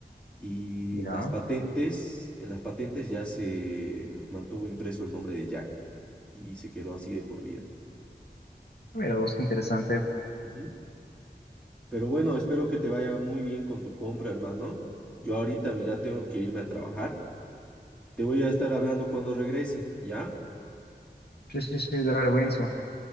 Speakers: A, in the centre; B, on the left (about 65°).
A: Y
B: Ya,
A: las patentes, en las patentes ya se mantuvo impreso el nombre de Jack y se quedó así de por vida.
B: mira vos, qué interesante.
A: Ujú. Pero bueno, espero que te vaya muy bien con tu compra, hermano. Yo ahorita, mira, tengo que irme a trabajar. Te voy a estar hablando cuando regrese, ¿ya?
B: Sí, sí, sí, dale, buenísimo.